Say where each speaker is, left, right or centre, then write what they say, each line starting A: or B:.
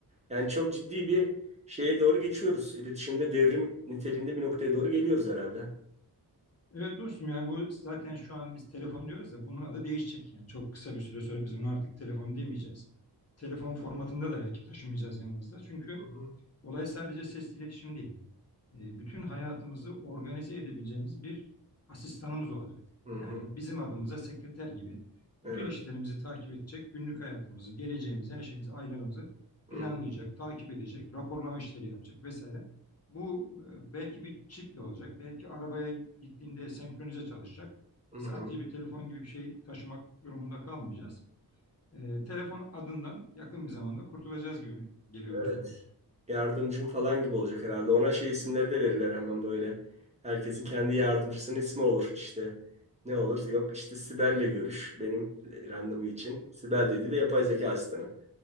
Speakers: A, on the right; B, on the left.
A: Yani çok ciddi bir şeye doğru geçiyoruz. İletişimde devrim niteliğinde bir noktaya doğru geliyoruz herhalde.
B: Evet dostum yani bu zaten şu an biz telefon diyoruz da bunun adı değişecek yani çok kısa bir süre sonra biz bunu artık telefon demeyeceğiz. Telefon formatında da belki taşımayacağız yanımızda. Çünkü
A: Hı hı.
B: olay sadece sesli iletişim değil. e, bütün hayatımızı organize edebileceğimiz bir asistanımız olacak.
A: Hı hı.
B: Yani bizim adımıza sekreter gibi
A: Evet.
B: bütün işlerimizi takip edecek, günlük hayatımızı, geleceğimizi, her şeyimizi, aylarımızı planlayacak,
A: Hı hı.
B: takip edecek, raporlama işleri yapacak vesaire. Bu e, belki bir çiple olacak, belki arabaya gittiğinde senkronize çalışacak.
A: Hı
B: Sadece
A: hı.
B: bir telefon gibi bir şey taşımak durumunda kalmayacağız. E, telefon adından yakın bir zamanda kurtulacağız gibi geliyor
A: Evet.
B: dostum.
A: Yardımcım falan gibi olacak herhalde. Ona şey isimleri de verirler hemen böyle. Herkesin kendi yardımcısının ismi olur işte. Ne olur? Yok işte Sibel'le görüş benim e, randevu için. Sibel dediği de yapay zeka asistanı.